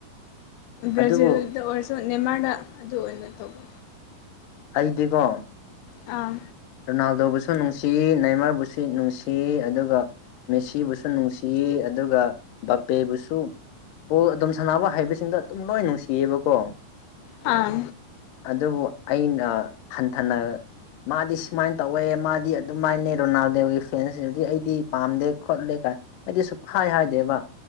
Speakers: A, on the left (about 85°); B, on the left (about 70°).
A: ꯕ꯭ꯔꯥꯖꯤꯜꯗ
B: ꯑꯗꯨꯕꯨ
A: ꯑꯣꯏꯔꯁꯨ ꯅꯦꯃꯥꯔꯗ ꯑꯗꯨ ꯑꯣꯏꯅ ꯇꯧꯕ
B: ꯑꯩꯗꯤꯀꯣ
A: ꯑꯥ
B: ꯔꯣꯅꯥꯜꯗꯣꯕꯨꯁꯨ ꯅꯨꯡꯁꯤ ꯅꯥꯏꯃꯔꯕꯨꯁꯨ ꯅꯨꯡꯁꯤ ꯑꯗꯨꯒ ꯃꯦꯁꯤꯕꯨꯁꯨ ꯅꯨꯡꯁꯤꯌꯦ ꯑꯗꯨꯒ ꯕꯄꯦꯕꯨꯁꯨ ꯄꯣ ꯑꯗꯨꯝ ꯁꯥꯟꯅꯕ ꯍꯥꯏꯕꯁꯤꯡꯗ ꯑꯗꯨꯝ ꯂꯣꯏ ꯅꯨꯡꯁꯤꯌꯦꯕꯀꯣ
A: ꯑꯥ
B: ꯑꯗꯨꯕꯨ ꯑꯩꯅ ꯍꯟꯊꯅ ꯃꯥꯗꯤ ꯁꯨꯃꯥꯏꯅ ꯇꯧꯋꯦ ꯃꯥꯗꯤ ꯑꯗꯨꯃꯥꯏꯅ ꯔꯣꯅꯥꯜꯗꯦꯒꯤ ꯐꯦꯟꯁꯤꯡꯗꯤ ꯑꯩꯗꯤ ꯄꯥꯝꯗꯦ ꯈꯣꯠꯂꯦ ꯀꯥꯏ ꯑꯩꯗꯤ ꯁꯨꯝ ꯍꯥꯏ ꯍꯥꯏꯗꯦꯕ